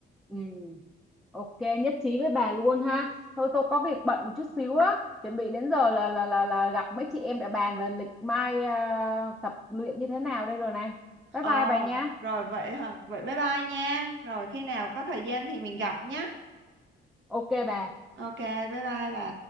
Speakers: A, in the centre; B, on the right.
A: Ừ. Ok, nhất trí với bà luôn ha. Thôi tôi có việc bận một chút xíu á. Chuẩn bị đến giờ là là là là gặp mấy chị em để bàn về lịch mai ờ, tập luyện như thế nào đây rồi này. Bye
B: Ờ,
A: bye bà nha.
B: rồi vậy hả? Vậy bye bye nha. Rồi khi nào có thời gian thì mình gặp nhé.
A: Ok bà.
B: Ok, bye bye bà.